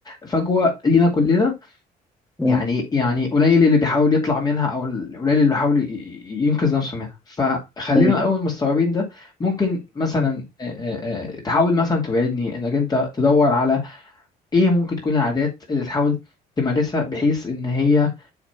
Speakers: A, on the left; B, in the centre.
A: فجوة لينا كلنا
B: مم.
A: يعني يعني قليل اللي بيحاول يطلع منها او ال- قليل اللي بيحاول ي- ي- ينقذ نفسه منها فخلينا
B: مم.
A: الاول مستوعبين ده ممكن مثلا
B: مم.
A: آه، آه، آه، تحاول مثلا تبعدني انك انت تدور على ايه ممكن تكون العادات اللي تحاول تمارسها بحيث ان هي